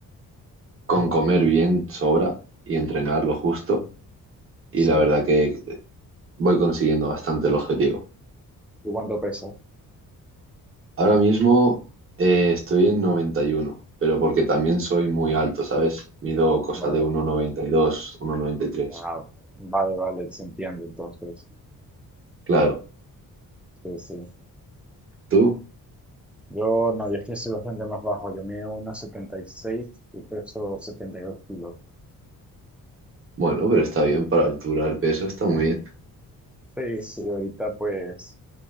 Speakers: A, on the right; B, in the centre.
A: con comer
B: ujú,
A: bien sobra y entrenar lo justo y
B: Sí,
A: la verdad que voy consiguiendo bastante el objetivo.
B: ¿y cuánto peso?
A: Ahora mismo eh, estoy en 91, pero porque también soy muy alto, ¿sabes? Mido cosa
B: Vale.
A: de uno uno noventa noventa y dos, uno noventa y tres.
B: Ah, vale, vale, se entiende entonces.
A: Claro,
B: Sí, sí.
A: ¿tú?
B: Yo no, yo es que soy bastante más bajo. Yo mido unos setenta y seis y peso 72 kilos.
A: Bueno, pero está bien para altura, el peso está muy bien.
B: Sí, sí, ahorita pues